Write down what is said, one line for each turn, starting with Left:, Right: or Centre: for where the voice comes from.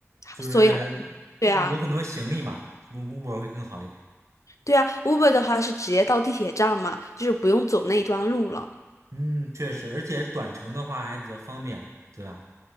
Right: 就是有很多行李嘛，Uber
Left: 所以还对啊，
Right: 会更好一点。
Left: 对啊，Uber 的话是直接到地铁站嘛，就是不用走那一段路了。
Right: 嗯，确实，而且短程的话还比较方便，对吧？